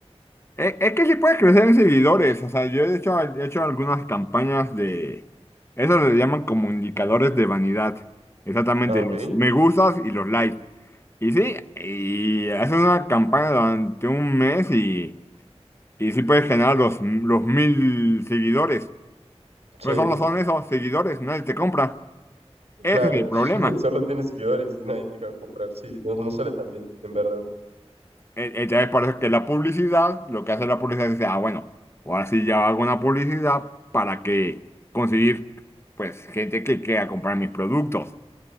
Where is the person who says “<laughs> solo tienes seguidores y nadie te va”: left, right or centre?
Right